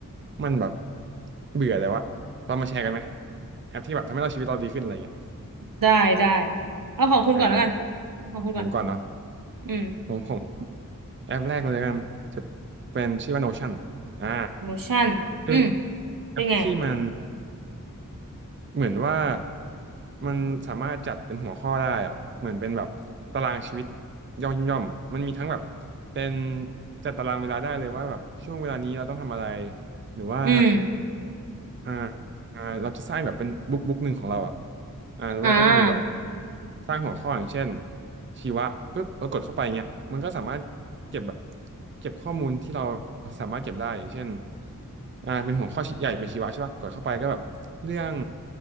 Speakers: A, on the right; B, on the right.
A: มันแบบเบื่อแล้วอะเรามาแชร์กันไหมแอปที่แบบทำให้เราชีวิตเราดีขึ้นอะไรเงี้ย
B: ได้ได้เอาของคุณก่อนแล้วกัน
A: อ่าอ่า
B: ของคุณก่อน
A: ผมก่อนเนาะ
B: อืม
A: ผมผม แอปแรกเลยละกันจะเป็นชื่อว่า Notion อ่า
B: motion
A: จะเป็น
B: อืม
A: แอปที่มัน
B: เป็นไงอ่ะ
A: เหมือนว่ามันสามารถจัดเป็นหัวข้อได้อะเหมือนเป็นแบบตารางชีวิตย่อมย่อมมันมีทั้งแบบเป็นจัดตารางเวลาได้เลยว่าแบบช่วงเวลานี้เราต้องทำอะไรหรือว่า
B: อืม
A: อ่า อ่าเราจะสร้างแบบเป็นบุ๊กบุ๊กหนึ่งของเราอ่ะอ่าแล้วเราก็จะมีแบบ
B: อ่า
A: สร้างหัวข้ออย่างเช่นชีวะปุ๊บเรากดเข้าไปเงี้ยมันก็สามารถเก็บแบบเก็บข้อมูลที่เราสามารถเก็บได้อย่างเช่นอ่าเป็นหัวข้อใหญ่เป็นชีวะใช่ป่ะกดเข้าไปก็แบบเรื่อง